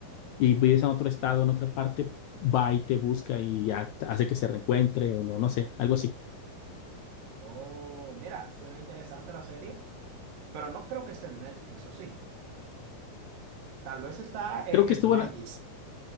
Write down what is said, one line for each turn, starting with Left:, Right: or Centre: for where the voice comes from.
Left: y vives en otro estado, en otra parte, va y te busca y ya hace que se reencuentre o no, no sé, algo así.
Right: Oh, mira, suena interesante la serie, pero no creo que esté en Netflix, ¿o sí? Tal vez está eh,
Left: Creo que
Right: en
Left: estuvo
Right: Magis.
Left: en,